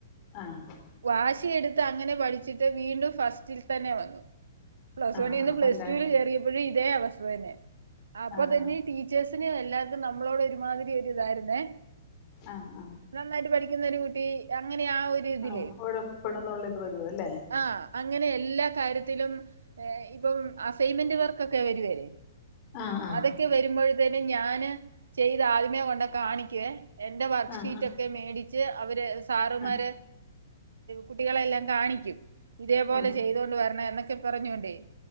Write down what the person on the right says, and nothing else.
വാശിയെടുത്ത് അങ്ങനെ പഠിച്ചിട്ട് വീണ്ടും ഫസ്റ്റിൽ തന്നെ വന്നു പ്ലസ്
വണ്ണിന്ന്
പ്ലസ്
ടുവില്
കേറിയപ്പോഴും ഇതേ അവസ്ഥ തന്നെ. അപ്പൊ
തന്നെ
ടീച്ചേഴ്സ്. എല്ലാര്കും നമ്മളോട് ഒരുമാതിരി ഒരു ഇതായിരുന്നെ.
നന്നായിട്ട് പഠിക്കുന്ന ഒരു കുട്ടി അങ്ങനെ ആ ഒരു ഇതിലേ
ആ അങ്ങനെ എല്ലാ കാര്യത്തിലും. ഇപ്പം അസൈൻമെന്റ് വർക്ക് ഒക്കെ വര്വേ.
അതൊക്കെ വരുമ്പൊഴെത്തേനും ഞാന് ചെയ്ത ആദ്യമേ കൊണ്ട കാണിക്ക്യെ. എന്റെ വർക്ക്ഷീറ്റ്
ഒക്കെ മേടിച്ച് അവര് സാറുമാര്
കുട്ടികളെ എല്ലാം. കാണിക്കും. ഇതേപോലെ
ചെയ്തോണ്ട് വരണമെന്നൊക്കെ പറഞ്ഞ് കൊണ്ടേ.